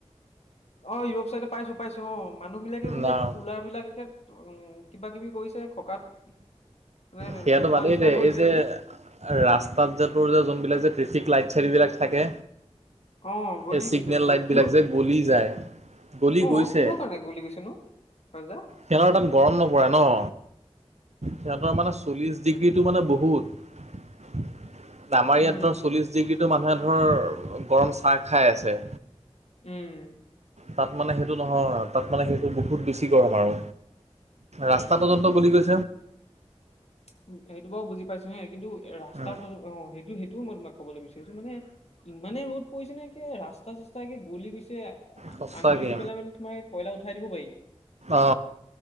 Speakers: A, on the left; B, on the right.
A: অ, ইউৰোপ চাইডে পাইছো - পাইছো অ, মানুহ বিলাকে বোলে
B: ন
A: একে কুলাৰ বিলাক একে উম, কিবা কিবি কৰিছে খকাত। মানে
B: সেইয়াতো
A: নোপোৱা
B: বাদেই
A: নিচিনা
B: দে,
A: কৰিছে
B: এই যে
A: বোলে
B: ৰাস্তাত যে তোৰ যে যোনবিলাক যে ট্ৰেফিক লাইট চাইট বিলাক থাকে।
A: অ গলি
B: এই চিগনেল
A: গৈছে অ
B: লাইট
A: কিহ
B: বিলাক যে গলি যায়। গলি
A: অ
B: গৈছে,
A: কিহৰ কাৰণে গলি গৈছেনো ৰজা
B: সিহতৰ তাত গৰম নপৰে নহ। সিহতৰ মানে চল্লিশ ডিগ্ৰীটো মানে বহুত। আমাৰ
A: উম
B: ইয়াত ধৰ চল্লিশ ডিগ্ৰীতো মানুহে ধৰ গৰম চাহ খাই আছে।
A: উম
B: তাত মানে সেইটো নহয়, তাত মানে সেইটো বহুত বেছি গৰম আৰু। ৰাস্তা
A: এই
B: পৰ্যন্ত গলি গৈছে।
A: উম, সেইটো বাৰু বুজি পাইছো হে কিন্তু ৰাস্তা
B: উম,
A: পয অ, সেইটো সেইটোও মই তোমাক কবলৈ বিচাৰিছো, মানে ইমানেই ৰ'দ পৰিছেনে একে ৰাচ স্তা চাস্তা গলি গৈছে,
B: সঁচাকে
A: আঙুলি দি পেলাই মানে তোমাৰ কয়লা উঠাই দিব পাৰি।
B: অ,